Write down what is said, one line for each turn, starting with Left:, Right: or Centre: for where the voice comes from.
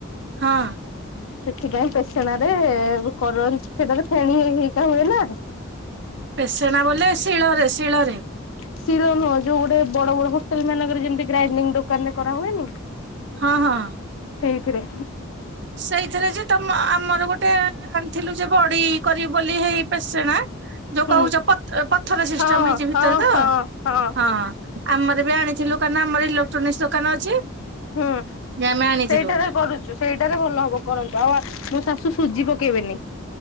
Right: ହଁ।
Left: ସେଥିପାଇଁ ପେଛଣ ରେ କରନ୍ତି ସେଟାରେ ଫେଣୀ ହେଇ ହେଇକା ହୁଏ ନା।
Right: ପେସଣା ବୋଲେ ଶିଳରେ ଶିଳରେ?
Left: ଶୀଳ ନୁହଁ ଯୋଉ ଗୋଟେ ବଡ ବଡ ହୋଷ୍ଟେଲ ମାନଙ୍କରେ ଯେମିତି ଗ୍ରାଇଡି ଦୋକାନ ରେ କରା ହୁଏନି?
Right: ହଁ ହଁ।
Left: ସେଇଥିରେ।
Right: ସେଇଥିରେ ଯେ ତମ ଆମର ଗୋଟେ ଆଣିଥିଲୁ ଯେ ବଡି କରିବୁ ବୋଲି ହେଇ ପେସେଣା। ଯୋଉ କହୁଛ
Left: ହୁଁ
Right: ପ ପଥର ସିଷ୍ଟମ
Left: ହଁ
Right: ହେଇଛି ଭିତରେ
Left: ହଁ
Right: ତ
Left: ହଁ ହଁ
Right: ହଁ। ଆମର ବି ଆଣିଥିଲୁ କାରଣ ଆମର ଇଲେକ୍ଟ୍ରୋନିକ୍ସ ଦୋକାନ ଅଛି।
Left: ହୁଁ ସେଇଟାରେ
Right: ଯେ ଆମେ ଆଣିଥିଲୁ
Left: କରୁଛୁ। ସେଇଟାରେ ଭଲ ହବ କରନ୍ତୁ ଆଉ ମୋ ଶାଶୁ ସୁଜି ପକେଇବେନି।